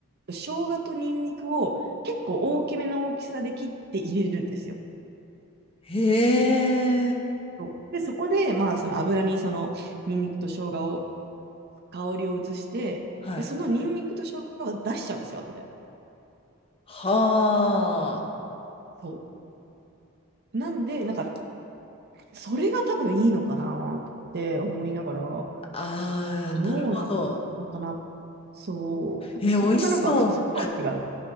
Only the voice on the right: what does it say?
生姜とニンニクを結構大きめの大きさで切って入れるんですよ。
そうで、そこで、まあ、その油にそのニンニクと生姜を、香りを移して、
で、そのニンニクと生姜は出しちゃうんですよ、後で。
そう。なんで、なんか、それが多分いいのかなって思いながら、
どうなんのかな。
そう。多分そこがなんか普通とは違う。